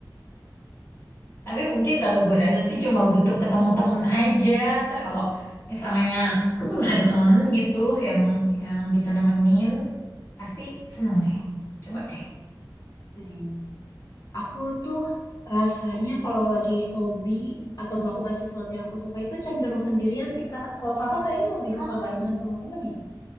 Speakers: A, on the left (about 30°); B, on the left (about 50°).
A: Tapi mungkin kalau gue rasa sih
B: Mm-mm.
A: cuma butuh ketemu temen aja. Ntar kalau misalnya <clears throat> ada temen gitu yang yang bisa nemenin, pasti seneng deh. Coba deh.
B: Nah, Aku tuh rasanya kalau lagi hobi atau melakukan sesuatu yang aku suka itu cenderung sendirian sih, Kak. Kalau Kakak kayaknya lebih
A: Oh,
B: suka barengan sama temen ya?